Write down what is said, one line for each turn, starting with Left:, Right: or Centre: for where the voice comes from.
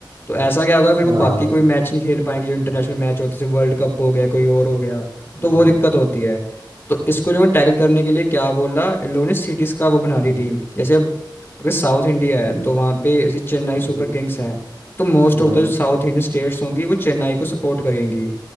Left: तो ऐसा क्या होगा फिर वो
Right: हाँ
Left: बाकी कोई मैच नहीं खेल पाएंगे जो इंटरनेशनल मैच होते थे वर्ल्ड कप हो गया कोई और हो गया
Right: हम्म,
Left: तो वो दिक्कत होती है तो इसको इन्होंने टैकल करने के लिए क्या बोला इन लोगों ने सिटीज़ का वो बना ली
Right: हम्म,
Left: टीम जैसे अब अगर साउथ इंडिया है
Right: हम्म,
Left: तो वहाँ पे जैसे चेन्नई
Right: हम्म,
Left: सुपर किंग्स हैं तो most
Right: हम्म,
Left: of the South Indian states होंगी वो चेन्नई को सपोर्ट करेंगी